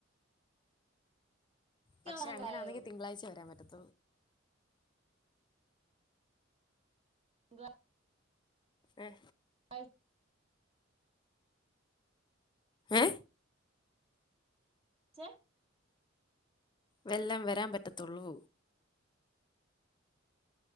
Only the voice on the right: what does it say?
ഇറങ്ങായോ
ങ്ങ
അ
ചെ